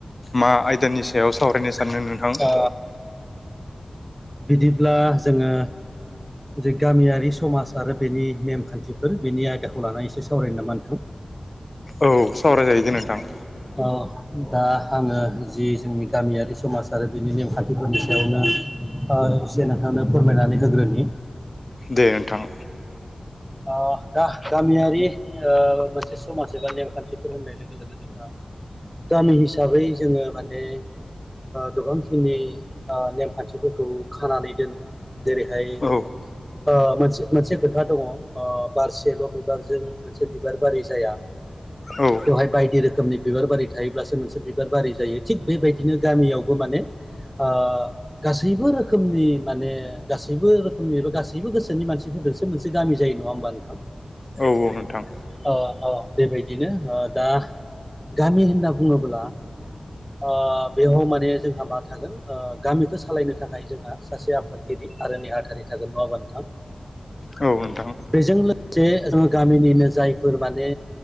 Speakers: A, on the left; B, in the centre.
A: मा आयदानि सायाव सावरायनो सा- सानो नोंथां?
B: ओ बिदिब्ला जोङो जे गामियारि समाज आरो बेनि नेमखान्थिफोर बेनि आयदाखौ लानानै एसे सावरायनो नामा नोंथां।
A: औ सावराय जाहैगोन नोंथां।
B: अ दा आङो जि जोंनि गामियारि समाज आरो बेनि नेमखान्थिफोरनि सायावनो एसे नोंथांनो फोरमायनानै होग्रोनि।
A: दे नोंथां।
B: ओ दा गामियारि ओ मोनसे समाज एबा नेमखान्थिफोर होननाय लोगो लोगो जोंहा गामि हिसाबै जोङो माने गोबांखिनि ओ नेमखान्थिफोरखौ खानानै दोनो। जेरैहाय
A: औ
B: ओ मोनसे-मोनसे खोथा दङ। ओ बारसेल' बिबारजों मोनसे बिबार बारि जाया।
A: औ
B: बेवहाय बायदि रोखोमनि बिबार बारि थायोब्लासो मोनसे बिबार बारि जायो। थिग बेबायदिनो गामियावबो माने ओ गासैबो रोखोमनि माने गासैबो रोखोमनि एबा गासैबो गोसोनि मानसिफोर जोंसो मोनसे गामि जायो। नङा होमबा नोंथां?
A: औ औ नोंथां
B: औ औ बेबायदिनो। दा गामि होनना बुङोब्ला ओ बेयाव माने जोंहा मा थागोन ओ गामिखौ सालायनो थाखाय जोंहा सासे आफादगिरि आरो नेहाथारि थागोन नङाबा नोंथां।
A: औ नोंथां।
B: बेजों लोगोसे जोङो गामिनिनो जायफोर माने